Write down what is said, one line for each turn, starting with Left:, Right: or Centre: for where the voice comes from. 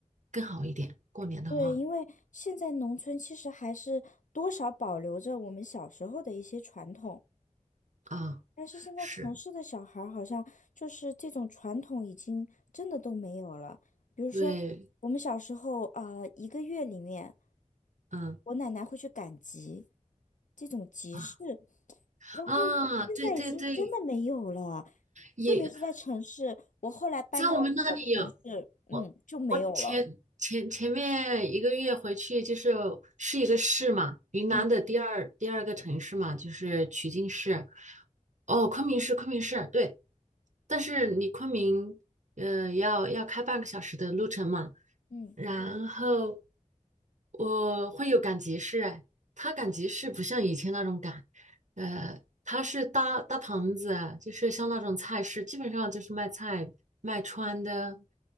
Right: 更好一点。过年的话，
Left: 对，因为现在农村其实还是多少保留着我们小时候的一些传统。
Right: 啊，
Left: 但是现在城市的小孩儿好像就是这种传统已经真的都没有了。
Right: 是，
Left: 比如说，
Right: 对，
Left: 我们小时候啊、呃一个月里面，
Right: 嗯，
Left: 我奶奶会去赶集，这种集市，
Right: 啊
Left: 然后现在已经真的没有了。
Right: 啊，对对对，也。
Left: 特别是在城市，我后来搬到了城市，
Right: 在我们那里有，
Left: 嗯，
Right: 我我前前前面一个月回去就是是一个市嘛，
Left: 就没有了。
Right: 云南的第二第二个城市嘛，
Left: 嗯
Right: 就是曲靖市。哦，昆明市，昆明市，对。但是你昆明，呃，要要开半个小时的路程嘛。
Left: 嗯。
Right: 然后我会有赶集市，哎，它赶集市不像以前那种赶，呃，他是搭搭棚子啊，就是像那种菜市，基本上就是卖菜、卖穿的，